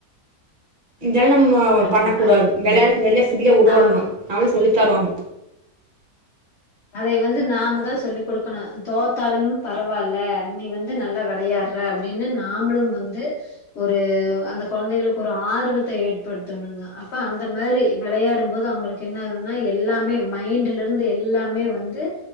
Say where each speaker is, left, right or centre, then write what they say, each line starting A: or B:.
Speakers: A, on the right; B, on the left.
A: இன்ஜால் நம்ம
B: ஆமாங்க
A: பண்ண கூடாது
B: அ
A: வெளையாடத் வெள்ளஸ் உள்ளே வுடுவானுங்கோ
B: ஆமாங்க
A: நம்ளு சொல்லி தராணு
B: அதைய வந்து நாம தா சொல்லிக் குடுக்கணு தோத்தாலும் பரவால்ல நீ வந்து நல்லா வெளையாற் ற அப்டின்னு நாமளும் வந்து ஒரு அந்த கொழந்தைகளுக்கு ஒரு ஆர்வத்த ஏற்படுத்தணுங்க அப்ப அந்த மாரி வெளையாடும் போது அவங்களுக் கென்னதுன்னா எல்லாமே மைண்ட்ல இருந்து எல்லாமே வந்து